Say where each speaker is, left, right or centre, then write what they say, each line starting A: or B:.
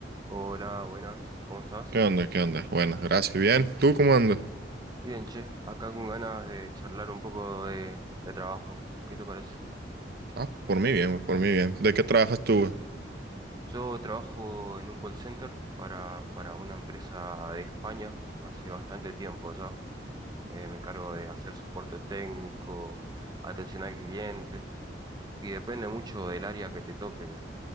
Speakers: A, on the right; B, on the right.
A: Hola, buenas, ¿cómo estás?
B: ¿Qué onda? ¿Qué onda? Bueno, gracias. Bien. ¿Tú cómo andas?
A: Bien, che, acá con ganas de charlar un poco de, de trabajo. ¿Qué te parece?
B: Ah, por mí bien, por mí bien. ¿De qué trabajas tú? güey?
A: Yo trabajo en un call center para, para una empresa de España hace bastante tiempo ya. Eh, me encargo de hacer soporte técnico, atención al cliente y depende mucho del área que te toque,